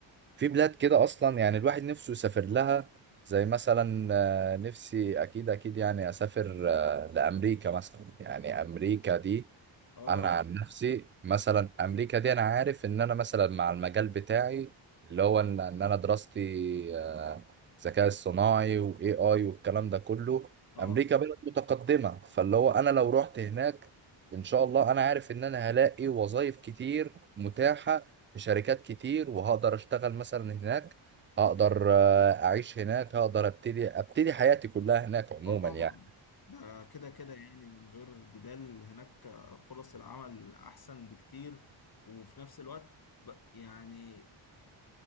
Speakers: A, on the right; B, on the left.
A: في بلاد كده اصلا يعني الواحد نفسه يسافر لها زي مثلا آه، نفسي اكيد اكيد يعني اسافر آه، لامريكا مثلا يعني امريكا دي
B: اه
A: انا عن نفسي مثلا امريكا دي انا عارف ان انا مثلا مع المجال بتاعي اللي هو ان إن انا دراستي آه، ذكاء اصطناعي واي اي والكلام ده كله
B: اه
A: امريكا بلد متقدمه فاللي هو انا لو رحت هناك ان شاء الله انا عارف ان انا هلاقي وظائف كتير متاحه في شركات كتير وهقدر اشتغل مثلا هناك هقدر آه، اعيش هناك هقدر ابتدي ابتدي حياتي كلها هناك عموما
B: اه طبعا
A: يعني
B: ده كده كده يعني من غير جدال هناك فرص العمل احسن بكتير وفي نفس الوقت ب- يعني